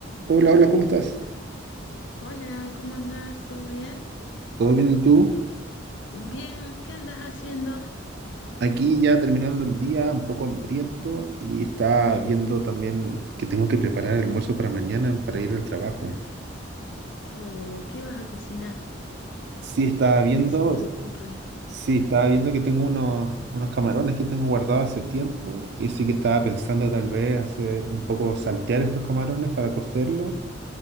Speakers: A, on the right (about 55°); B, on the left (about 65°).
A: Hola, hola, ¿cómo estás?
B: Hola, ¿cómo andás? ¿Todo bien?
A: ¿Todo bien y tú?
B: Bien, ¿qué andas haciendo?
A: Aquí ya terminando el día, un poco hambriento y está viendo también que tengo que preparar el almuerzo para mañana para ir al trabajo.
B: Oh, ¿qué vas a cocinar?
A: Sí, estaba viendo,
B: ¿Qué se te ocurre?
A: sí, estaba viendo que tengo unos, unos camarones que tengo guardados hace tiempo y sí que estaba pensando tal vez hacer un poco saltear estos camarones para cocerlos